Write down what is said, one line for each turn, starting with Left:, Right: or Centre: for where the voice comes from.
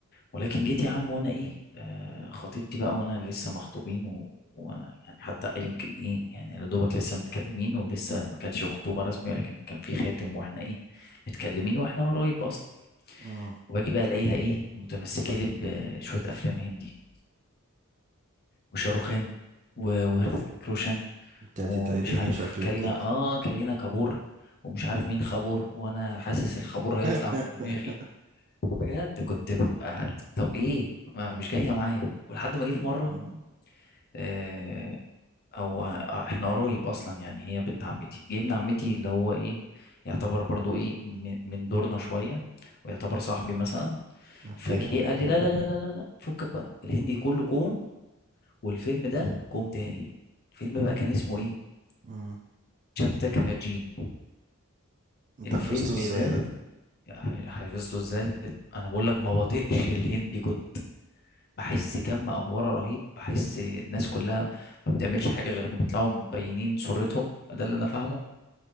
Left: ولكن جيت يا عم وانا ايه آه خطيبتي بقى وانا لسه مخطوبين و- وانا يعني حتى يمكن ايه يعني يا دوبك لسه متكلمين ولسه ما كانتش خطوبه رسميه ولكن كان في خاتم واحنا ايه متكلمين واحنا قريب اصلا
Right: م.
Left: واجي بقى الاقيها ايه متمسكه لي بشويه افلام هندي وشاروخان و- وهرث كروشان
Right: انت
Left: ومش
Right: هتتعبيني
Left: عارف
Right: شكلك
Left: كارينا
Right: كده
Left: اه كارينا كابور ومش عارف مين خابور وانا حاسس الخابور هيطلع
Right: <laughs>
Left: من دماغي بجد كنت ببقى طب ايه ما مش جايه معايا ولحد ما جه في مره
Right: م.
Left: آه، او آه، احنا قرايب اصلا يعني هي بنت عمتي جه ابن عمتي اللي هو ايه يعتبر برضو ايه من من دورنا شويه ويعتبر صاحبي مثلا
Right: اوكي
Left: فجه قال لي لا لا لا لا لا لا، فكك بقى الهندي كله كوم والفيلم ده كوم تاني الفيلم بقى كان اسمه ايه
Right: م.
Left: شابتك هاجين
Right: انت
Left: الفيلم
Right: حفظته ازاي
Left: ده
Right: ده
Left: حفظته ازاي انا بقول لك ما بطيقش الهندي كنت بحس كم افوره رهيب بحس الناس كلها ما بتعملش حاجه غير ان بيطلعوا مبينين سرتهم ده اللي انا فاهمه